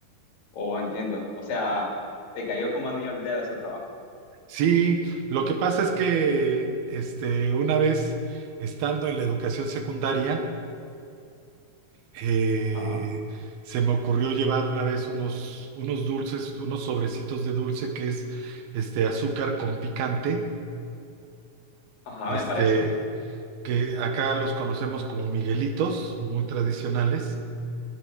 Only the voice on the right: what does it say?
Sí, lo que pasa es que este, una vez estando en la educación secundaria, eh,
se me ocurrió llevar una vez unos, unos dulces, unos sobrecitos de dulce que es este, azúcar con picante,
este,
que acá los conocemos como Miguelitos, muy tradicionales,